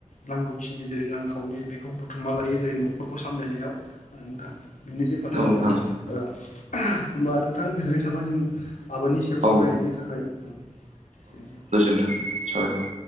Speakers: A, on the left (about 85°); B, on the right (about 70°).
A: नांगौखिनि जेरै रांखावरि बेखौ बु थुमबा लायो जेरै न'खरखौ सामलायनायाव नोंथां। बिनोसै फाथो
B: नोंथां
A: आबादा ओ होमबा नोंथां गोजोननाय थाबाय जों आबादनि सायाव
B: औ
A: सावरायनायनि थाखाय उम एसेनोसै।
B: नों साबायखर।